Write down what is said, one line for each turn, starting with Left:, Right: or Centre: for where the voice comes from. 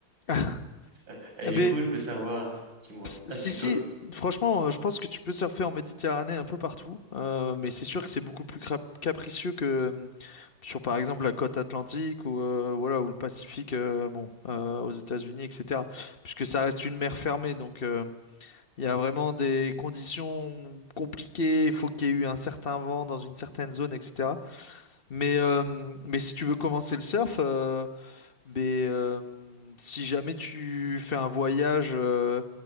Left: Ah, <laughs>
Right: <laughs> Et du
Left: Mais
Right: coup je voulais savoir, dis-moi
Left: s-
Right: un
Left: si,
Right: petit
Left: si,
Right: peu.
Left: franchement, euh, je pense que tu peux surfer en Méditerranée un peu partout, euh, mais c'est sûr que c'est beaucoup plus crap- capricieux que euh, sur, par exemple, la côte atlantique ou, euh, voilà, ou le Pacifique, euh, bon, euh, aux États-Unis, etc. Puisque ça reste une mer fermée, donc euh, il y a vraiment des conditions compliquées, il faut qu'il y ait eu un certain vent dans une certaine zone, etc. Mais, euh, mais si tu veux commencer le surf, euh, Mais euh, si jamais tu fais un voyage, euh,